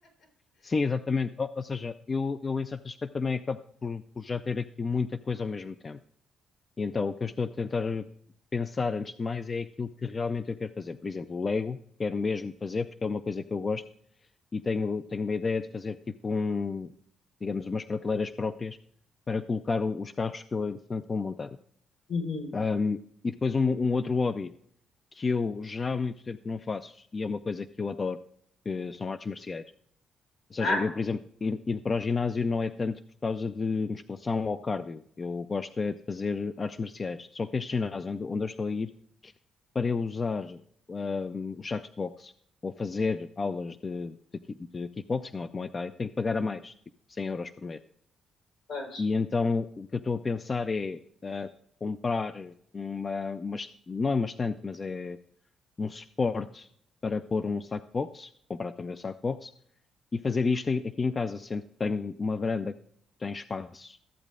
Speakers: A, on the left; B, on the left.
A: Sim, exatamente. Ou, ou seja, eu, eu em certo aspecto também acabo por, por já ter aqui muita coisa ao mesmo tempo. E então o que eu estou a tentar pensar antes de mais é aquilo que realmente eu quero fazer. Por exemplo, Lego, quero mesmo fazer porque é uma coisa que eu gosto e tenho, tenho uma ideia de fazer tipo um, digamos, umas prateleiras próprias para colocar o- os carros que eu, entretanto, vou montando.
B: Uhum.
A: Ahm, e depois um, um outro hobby que eu já há muito tempo não faço e é uma coisa que eu adoro, que são artes marciais. Ou seja,
B: Ah,
A: eu, por exemplo, in- indo para o ginásio não é tanto por causa de musculação ou cardio. Eu gosto é de fazer artes marciais. Só que este ginásio onde, onde eu estou a ir para eu usar ahm, os sacos de boxe ou fazer aulas de, de, ki- de kickboxing ou de Muay Thai, tenho que pagar a mais, tipo 100 euros por mês.
B: pois.
A: E então o que eu estou a pensar é ah, comprar uma, uma est- não é uma estante, mas é um suporte para pôr um saco de boxe, comprar também o saco de boxe e fazer isto a- aqui em casa, sendo que tenho uma varanda que tem espaço.